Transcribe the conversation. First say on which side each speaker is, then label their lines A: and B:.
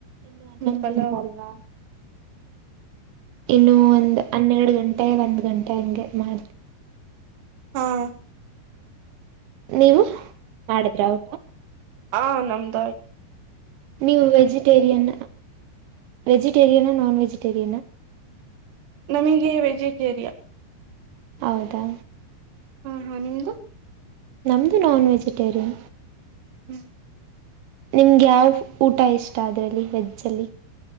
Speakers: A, on the right; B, on the right.
A: ಇನ್ನು ಹನ್ನೊಂದು
B: ಹ್ಮ ಪಲಾವ್
A: ಗಂಟೆ ಅಲ್ವಾ ಇನ್ನು ಒಂದು ಹನ್ನೆರಡು ಗಂಟೆ ಒಂದ್ ಗಂಟೆ ಹಂಗೆ ಮಾಡ್ತೀನಿ
B: ಹ್ಮ
A: ನೀವು ಮಾಡಿದ್ರ ಊಟ
B: ಹಾ ನಮ್ದ ಆಯ್ತು
A: ನೀವು ವೆಜಿಟೇರಿಯನ್ ವೆಜಿಟೇರಿಯನ ನಾನ್ ವೆಜಿಟೇರಿಯನಾ
B: ನಮಗೆ ವೆಜಿಟೇರಿಯನ್
A: ಹೌದಾ
B: ಹಾ ಹಾ ನಿಮ್ದು
A: ನಮದು ನಾನ್ ವೆಜಿಟೇರಿಯನ್
B: ಹ್ಮ್
A: ನಿಮ್ಗೆ ಯಾವ ಊಟ ಇಷ್ಟ ಅದರಲ್ಲಿ ವೆಜ್ಜಲ್ಲಿ